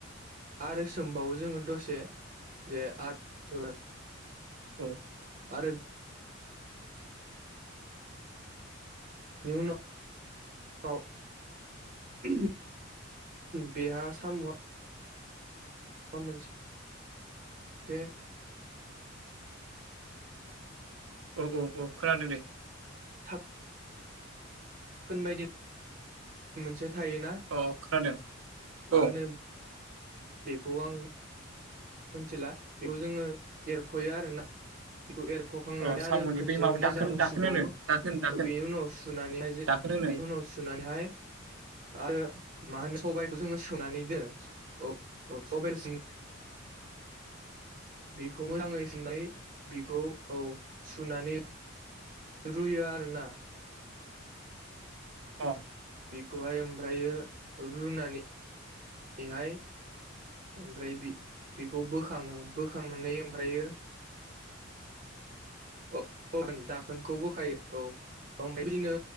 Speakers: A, on the right; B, on the right.
A: आरो सोमबावो जोङो दसे जे आ <unintelligible> ओ
B: औ।
A: आरो नि उनाव <unintelligible> आव बेहा सामआ <unintelligible> <inaudible>
B: औ औ औ खोनादों दे।
A: थाख गोन बायदि मोनसे थायोना
B: औ खोनादों
A: मा
B: औ।
A: होनो बेखौ आं मोनथिला बेखौ जोङो एरख'यो आरो ना। बेखौ एरख'खांनानै
B: अ साम'नि
A: आरो खोनसे
B: बै माबा
A: मोजां
B: दाखोन दाखोन
A: सुबावो।
B: होनो दाखोन दाखोन
A: बेनि उनाव सुनानैहाय
B: दाखोन होनो
A: बेनि उनाव सुनानैहाय आरो मा होनो सबाइखो जोङो सुनानै दो <unintelligible> औ औ सबाइसि बेखौ मोजाङै सोमनानै बेखौ औ सुनानै रुयो आरो ना
B: अ
A: बेखौहाय ओमफ्रायो रुनानै नैहाय ओमफ्राय बि-बिखौ बोखाङो बोखांनानै ओमफ्रायो
B: <inaudible>
A: अ अ दाखोनखौ बोखायो औ अम बेबादिनो